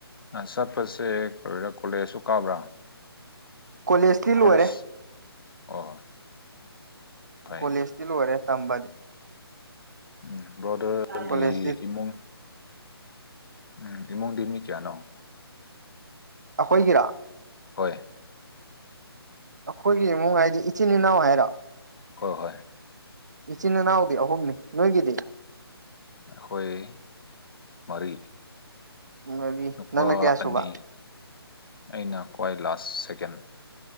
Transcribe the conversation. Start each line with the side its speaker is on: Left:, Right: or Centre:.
Left: ꯑ ꯆꯠꯄꯁꯦ ꯀꯔ ꯀꯣꯂꯦꯖꯁꯨ ꯀꯥꯕ꯭ꯔꯥ
Right: ꯀꯣꯂꯦꯖꯇꯤ
Left: ꯀꯣꯂꯦꯖ
Right: ꯂꯣꯏꯔꯦ
Left: ꯑꯣ ꯐꯩ
Right: ꯀꯣꯂꯦꯖꯇꯤ ꯂꯣꯏꯔꯦ ꯇꯝꯕꯗꯤ
Left: ꯎꯝ ꯕ꯭ꯔꯣꯗꯔꯒꯤ
Right: ꯀꯣꯂꯦꯖꯇꯤ
Left: ꯏꯃꯨꯡ ꯎꯝ ꯏꯃꯨꯡꯗꯤ ꯃꯤ ꯀꯌꯥꯅꯣ
Right: ꯑꯩꯈꯣꯏꯒꯤꯔꯥ
Left: ꯍꯣꯏ
Right: ꯑꯩꯈꯣꯏꯒꯤ ꯏꯃꯨꯡ ꯍꯥꯏꯗꯤ ꯏꯆꯤꯟ ꯏꯅꯥꯎ ꯍꯥꯏꯔꯣ
Left: ꯀꯣꯍꯣꯏ
Right: ꯏꯆꯤꯟ ꯏꯅꯥꯎꯗꯤ ꯑꯍꯨꯝꯅꯤ ꯅꯣꯏꯒꯤꯗꯤ
Left: ꯑꯩꯈꯣꯏ ꯃꯔꯤ
Right: ꯃꯔꯤ
Left: ꯅꯨꯄꯥ
Right: ꯅꯪꯅ ꯀꯌꯥ
Left: ꯑꯅꯤ
Right: ꯁꯨꯕ
Left: ꯑꯩꯅ ꯈ꯭ꯋꯥꯏ ꯂꯥꯁ ꯁꯦꯀꯦꯟ